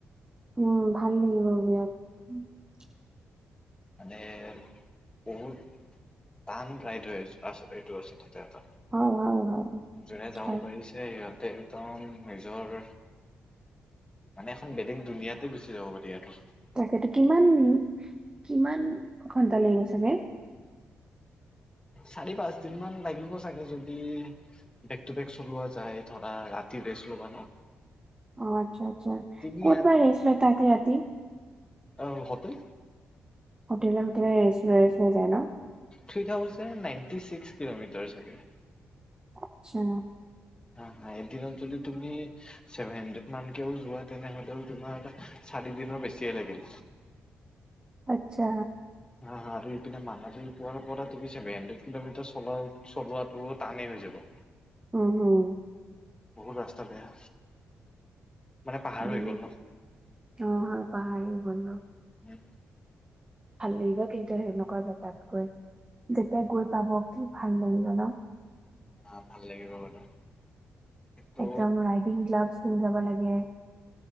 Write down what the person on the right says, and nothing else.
উম ভাল লাগিব বিৰাট
হয় হয় হয়
হয়
তাকেতো কিমান কিমান ঘন্টা লাগিব চাগে
অ আচ্ছা আচ্ছা
কত বা ৰেষ্ট লই তাতে ৰাতি
হোটেলে হোটেলে ৰেষ্ট লৈ ৰেষ্ট লৈ যায় ন
আচ্ছা
আচ্ছা
অ হুম
হম
অ পাহাৰ আহি গ'ল ন
ভাল লাগিব কিন্তু সেনেকুৱা জেগাত গৈ যেতিয়া গৈ পাব কি ভাল লাগিব ন
একদম ৰাইডিং গ্লাভছ পিন্ধি যাব লাগে